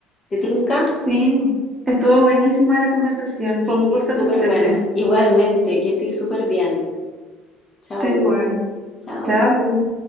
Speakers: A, on the left (about 30°); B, on the right (about 20°).
A: ¿Te tinca?
B: Sí, estuvo buenísima la conversación,
A: Sí,
B: fue un gusto
A: súper
B: conocerte.
A: buena. Igualmente, que estés súper bien. Chao,
B: Tú igual.
A: chao.
B: Chao.